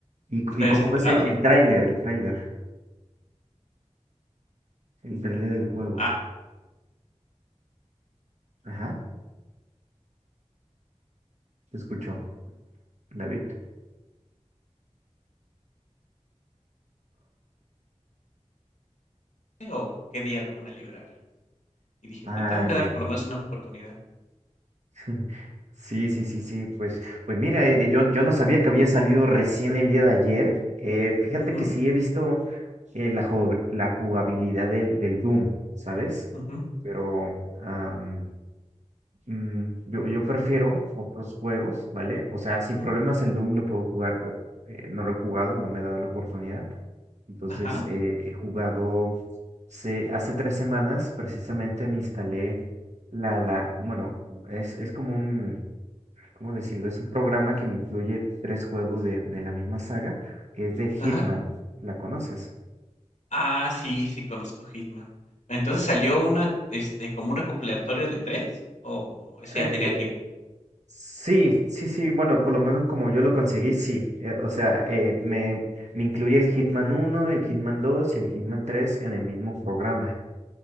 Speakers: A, on the right; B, on the left.
A: y, cu-
B: ¿No te
A: y
B: habías
A: cómo
B: enterado?
A: ves el, el tráiler, el tráiler, el tráiler del juego?
B: Ah,
A: Ajá, te escucho, David.
B: o qué día lo van a liberar. Y dije,
A: Ah,
B: te tengo que dar
A: ya.
B: por lo menos una oportunidad.
A: <laughs> Sí, sí, sí, sí, pues, pues mira, eh, yo, yo no sabía que había salido recién el día de ayer. Eh, fíjate
B: Ujú,
A: que sí he visto eh, la, ju- la jugabilidad del, del Doom, ¿sabes?
B: ujú,
A: Pero am, mm, yo, yo prefiero otros juegos, ¿vale? O sea, sin
B: ujú,
A: problemas el Doom lo puedo jugar, pero eh, no lo he jugado, no me he dado la oportunidad. Entonces,
B: Ajá,
A: eh, he jugado, se, hace tres semanas precisamente me instalé la, la, bueno, es, es como un ¿cómo decirlo? Es un programa que me incluye tres juegos de, de la misma saga, que es de Hitman.
B: ajá.
A: ¿La conoces?
B: Ah, sí, sí conozco Hitman. Entonces, ¿salió una, este, como un recopilatorio de 3 o ese
A: Eh,
B: ya tenía tiempo?
A: sí, sí, sí, bueno, por lo menos como yo lo conseguí, sí. Eh, o sea, eh, me, me incluye el Hitman uno el Hitman dos y el Hitman tres en el mismo programa.